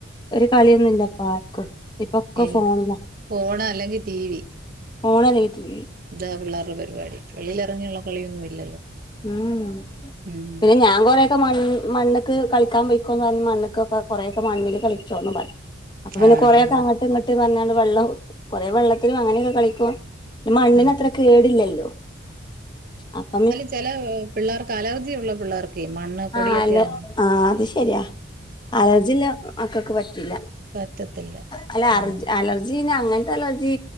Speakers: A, on the left; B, on the right.
A: ഒരു കളൊന്നുംല്ല ഇപ്പ ആർക്കും ഇപ്പൊക്കെ
B: ഇല്ല
A: ഫോണിലാ.
B: ഫോണ് അല്ലെങ്കി ടി വി.
A: ഫോണ് ആല്ലെങ്കി ടീ വി.
B: താ പിള്ളേര്ടെ പരിപാടി വെളിയിലെറങ്ങിയ്ള്ള കളിയൊന്നും ഇല്ലല്ലോ.
A: <unintelligible>
B: ഉം
A: പിന്നെ ഞാൻ കൊറേ. ഇപ്പൊ മൺ മണ്ണ്ക്ക് കളിക്കാം പൊയ്ക്കോന്ന് പറഞ്ഞ് മണ്ണ്ക്കൊക്കെ കൊറേഒക്കെ മണ്ണില് കളിച്ചോ പറിം. അപ്പൊ പിന്നെ
B: ആഹ്
A: കൊറേക്കെ അങ്ങട്ട് ഇങ്ങട്ട് പറഞ്ഞാണ്ട് വെള്ളം കൊറേ വെള്ളത്തിലും അങ്ങനെയൊക്കെ കളിക്കും ഈ മണ്ണിനത്ര
B: ആഹ്
A: കേടില്ലല്ലോ അപ്പ
B: ചെല പിള്ളേർക്ക് അലർജി ഉള്ള പിള്ളേർക്ക്‌ മണ്ണ് പൊടിയൊക്കെ
A: ആഹ് അല്ല
B: ആവു
A: ആഹ് അത് ശെര്യാ അലർജിള്ള മക്കൾക്ക് പറ്റില്ല.
B: പറ്റത്തില്ല
A: അല്ല
B: ഉം
A: അർ അലർജി അയ്നങ്ങൻ അലർജി